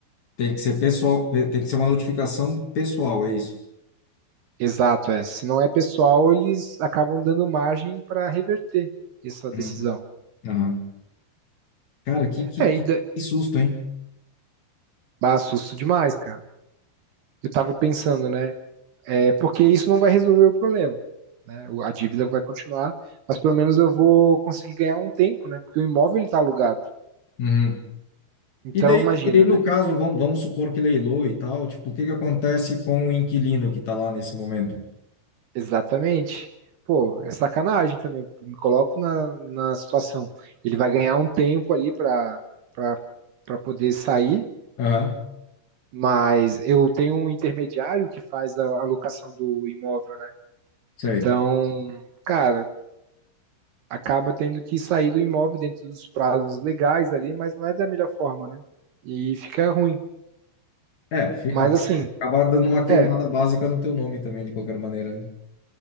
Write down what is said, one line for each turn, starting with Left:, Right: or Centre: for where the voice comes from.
Left: Tem que ser pessoal, tem que ser uma notificação pessoal, é isso.
Right: Exato, é. Se não é pessoal, eles acabam dando margem para reverter essa
Left: Hum,
Right: decisão.
Left: aham. Cara, que, que,
Right: É,
Left: que
Right: e dá
Left: que susto, hein?
Right: dá susto demais, cara. Eu tava pensando, né? É, porque isso não vai resolver o problema. Né? A dívida vai continuar, mas pelo menos eu vou conseguir ganhar um tempo, né? Porque o imóvel ele tá alugado.
Left: Uhum.
Right: Então,
Left: E daí,
Right: imagina,
Left: e daí, no
Right: né?
Left: caso, vamos, vamos supor que leilou e tal, tipo, o que que acontece com o inquilino que está lá nesse momento?
Right: Exatamente. Pô, é sacanagem também. Eu me coloco na, na situação. Ele vai ganhar um tempo ali para para poder sair,
Left: Aham,
Right: mas eu tenho um intermediário que faz a alocação do imóvel, né?
Left: sei.
Right: Então, cara, acaba tendo que sair do imóvel dentro dos prazos legais ali, mas não é da melhor forma, né? E fica ruim.
Left: É, fi-
Right: Mas
Left: acaba,
Right: assim,
Left: acaba dando uma queimada
Right: é,
Left: básica no teu nome também, de qualquer maneira, né?